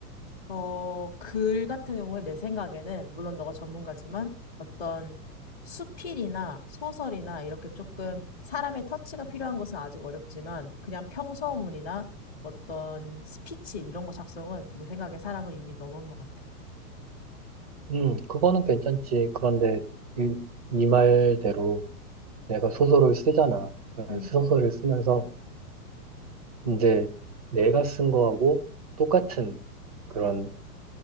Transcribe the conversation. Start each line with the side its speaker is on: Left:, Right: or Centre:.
Left: 어, 글 같은 경우에 내 생각에는, 물론 너가 전문가지만 어떤 수필이나 소설이나 이렇게 조금 사람의 터치가 필요한 것은 아직 어렵지만 그냥 평서문이나 어떤 스피치 이런 거 작성은 내 생각에 사람을 이미 넘은 것 같아.
Right: 음, 그거는 괜찮지. 그런데 이, 네 말대로 내가 소설을 쓰잖아. 그
Left: 음.
Right: 소설을 쓰면서 이제 내가 쓴 거하고 똑같은 그런